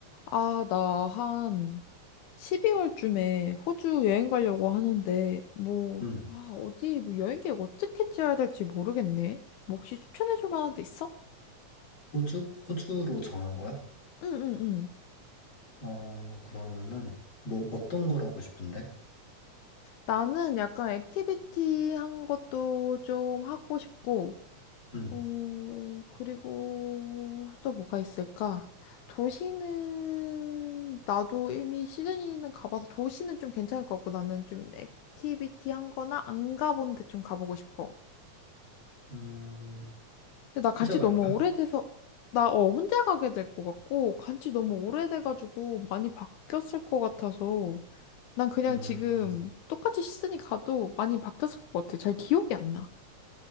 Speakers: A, on the left (about 80°); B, on the left (about 35°).
A: 아, 나 한 12월쯤에 호주 여행 가려고 하는데, 뭐,
B: 음,
A: 아, 어디, 뭐 여행 계획 어떻게 짜야 될지 모르겠네. 뭐 혹시 추천해줄 만한 데 있어?
B: 호주? 호주로 정한 거야?
A: 응, 응, 응.
B: 어, 그러면은, 뭐, 어떤 걸 하고 싶은데?
A: 나는 약간 액티비티 한 것도 좀 하고 싶고,
B: 음,
A: 어, 그리고 또 뭐가 있을까? 도시는, 나도 이미 시드니는 가봐서 도시는 좀 괜찮을 것 같고, 나는 좀 액티비티 한 거나 안 가본 데 좀 가보고 싶어.
B: 음,
A: 근데 나 간지
B: 혼자 갈
A: 너무
B: 거야?
A: 오래돼서 나 어 혼자 가게 될 것 같고 간지 너무 오래돼가지고 많이 바뀌었을 것 같아서 난 그냥
B: 음,
A: 지금 똑같이 시즌이 가도 많이 바뀌었을 것 같아. 잘 기억이 안 나.